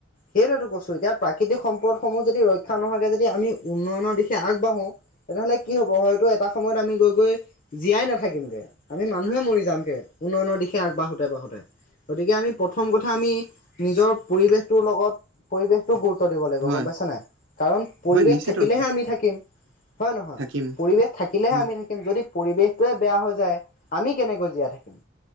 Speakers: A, on the left (about 45°); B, on the right (about 65°).
A: সেইটোটো কৈছো এতিয়া প্ৰাকৃতিক সম্পদসমূহ যদি ৰক্ষা নোহোৱাকে যদি আমি উন্নয়নৰ দিশে আগবাঢ়ো, তেনেহলে কি হব হয়তো এটা সময়ত আমি গৈ গৈ জীয়াই নাথাকিমগে। আমি মানুহে মৰি যাম কেে উন্নয়নৰ দিশে আগবাঢোতে বাঢ়োতে। গতিকে আমি প্ৰথম কথা আমি নিজৰ পৰিৱেশটোৰ লগত পৰিৱেশটোোক গুৰুত্ব দিব লাগিব
B: হয়
A: গম পাইছা নাই কাৰণ পৰিৱেশ
B: হয় নিশ্চিত
A: থাকিলেহে
B: ৰূপে
A: আমি থাকিম। হয় নহয়?
B: থাকিম
A: পৰিৱেশ থাকিলেহে,
B: হয়
A: আমি থাকিম, যদি পৰিৱেশটোৱে বেয়া হৈ যায়, আমি কেনেকৈ জীয়াই থাকিম?